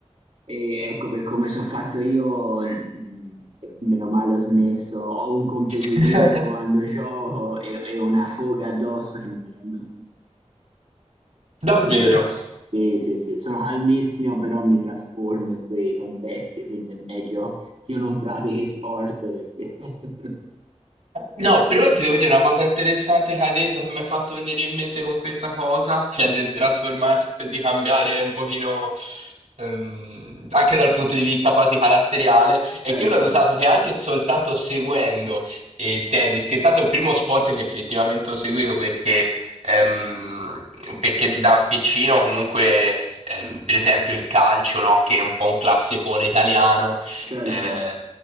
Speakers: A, on the right; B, on the right.
A: E ecco, per come sono fatto io, mm, meno male ho smesso. Ho un competitivo
B: <laughs>
A: quando gioco e, e una foga addosso che non mi rendo conto. <laughs>
B: Davvero.
A: Cioè, Sì, sì, sì, sono calmissimo, però mi trasformo in quei contesti, quindi è meglio che io non pratichi sport perché... <laughs>
B: No, però ti devo dire una cosa interessante che hai detto, che mi hai fatto venire in mente con questa cosa, cioè del trasformarsi e di cambiare un pochino ehm, anche dal punto di vista quasi caratteriale, è
A: Certo,
B: che io l'ho notato che anche soltanto seguendo eh, il tennis, che è stato il primo sport che effettivamente ho seguito perché, ehm, perché da piccino comunque, ehm, per esempio il calcio, no, che è un po' un classicone italiano
A: certo.
B: eh,